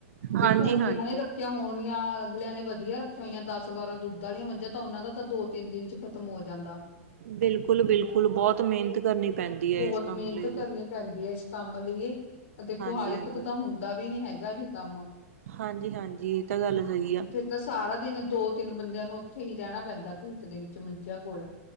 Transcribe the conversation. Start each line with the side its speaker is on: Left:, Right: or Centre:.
Left: ਦੇਖੋ
Right: ਹਾਂਜੀ-ਹਾਂਜੀ
Left: ਹੁਣ ਜਿਨਾਂ ਨੇ ਰੱਖਿਆ ਹੋਣੀਆਂ ਅਗਲਿਆਂ ਨੇ ਵਧੀਆ ਰੱਖੀਆਂ ਹੋਈਆਂ ਦਸ। ਵਾਰਾਂ ਦੁੱਧ ਵਾਲੀਆਂ ਮੰਝਾਂ ਤਾਂ ਉਹਨਾਂ ਦਾ ਤਾਂ ਦੋ-ਤਿੰਨ ਦਿਨ ਚ ਖਤਮ ਹੋ ਜਾਂਦਾ।
Right: ਬਿਲਕੁਲ-ਬਿਲਕੁਲ, ਬਹੁਤ ਮਿਹਨਤ ਕਰਨੀ ਪੈਂਦੀ ਹੈ
Left: ਬਹੁਤ
Right: ਇਸ ਕੰਮ
Left: ਮਿਹਨਤ
Right: ਲਈ
Left: ਕਰਨੀ
Right: ਵੀ।
Left: ਪੈਂਦੀ ਹੈ ਇਸ ਕੰਮ ਲਈਏ। ਦੇਖੋ
Right: ਹਾਂਜੀ-ਹਾਂਜੀ
Left: ਹਰ ਇੱਕ ਤੋਂ ਤਾਂ ਹੁੰਦਾ ਵੀ ਨੀ ਹੈਗਾ ਇਹ ਕੰਮ
Right: ਹਾਂਜੀ-ਹਾਂਜੀ ਇਹ ਤਾਂ ਗੱਲ ਸਹੀ ਆ
Left: ਫਿਰ ਤਾਂ ਸਾਰਾ ਦਿਨ ਦੋ-ਤਿੰਨ ਬੰਦਿਆਂ ਨੂੰ ਉੱਥੇ ਹੀ ਰਹਿਣਾ ਪੈਂਦਾ ਖੇਤ ਦੇ ਵਿੱਚ ਮੱਝਆ ਕੋਲ।